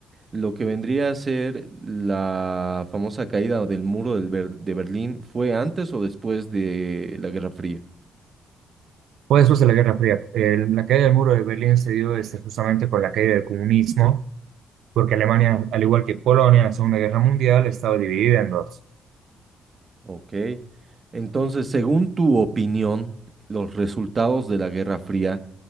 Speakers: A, on the right; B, on the right.
A: Lo que vendría a ser la famosa caída del muro del Ber- de Berlín fue antes o después de la Guerra Fría.
B: Fue después de la Guerra Fría. El- la caída del muro de Berlín se dio este, justamente con la caída del comunismo porque Alemania, al igual que Polonia en la Segunda Guerra Mundial, estaba dividida en dos.
A: Ok. Entonces, según tu opinión, los resultados de la Guerra Fría,